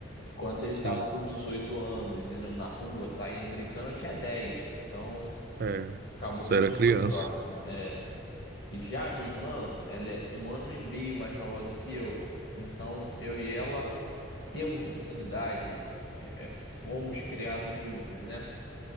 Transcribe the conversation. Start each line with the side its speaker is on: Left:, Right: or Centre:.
Left: Quando ele tava
Right: sim.
Left: com 18 anos, indo na rua, saindo, brincando, eu tinha 10. então
Right: É.
Left: acabou
Right: Você
Left: que a gente
Right: era
Left: não
Right: criança.
Left: foi próximo. é. Já a minha irmã, ela é um ano e meio mais nova do que eu. Então, eu e ela temos essa proximidade, é, é, fomos criados juntos, né?